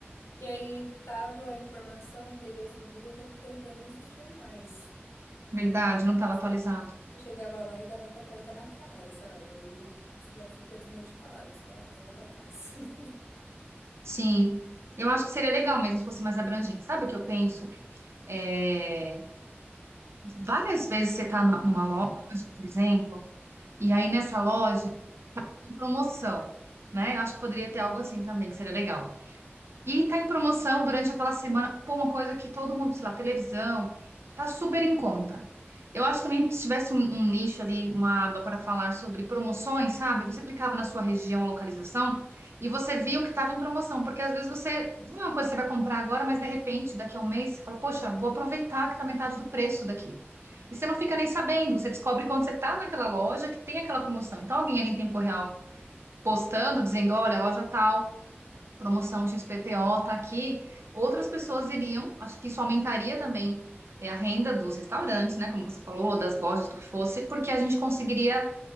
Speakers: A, on the left; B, on the right.
A: E aí tava a informação, o endereço no Google, só que aquele lugar nem existia mais. <laughs>
B: Verdade, não
A: Então,
B: estava
A: assim,
B: atualizado.
A: eu chegava lá e dava com a porta na cara, sabe? Aí você já fica desmotivado, você fala, ah, então vou pra casa. <laughs>
B: Sim. Eu acho que seria legal mesmo se fosse mais abrangente. Sabe o que eu penso? É, várias vezes você está numa loja, por exemplo, e aí nessa loja tá em promoção, né? Eu acho que poderia ter algo assim também, que seria legal. E tá em promoção durante aquela semana. Pô, uma coisa que todo mundo, sei lá, televisão, tá super em conta. Eu acho também que se tivesse um, um nicho ali, uma aba para falar sobre promoções, sabe? Você clicava na sua região, localização, e você via o que estava em promoção. Porque às vezes você, não é uma coisa que você vai comprar agora, mas de repente, daqui a um mês, você fala, poxa, vou aproveitar que tá metade do preço daqui. E você não fica nem sabendo, você descobre quando você tá naquela loja que tem aquela promoção. Então, alguém ali em tempo real postando, dizendo, olha, loja tal promoção XPTO tá aqui, outras pessoas iriam, acho que isso aumentaria também é, a renda dos restaurantes, né? Como você falou, das lojas, do que fosse, porque a gente conseguiria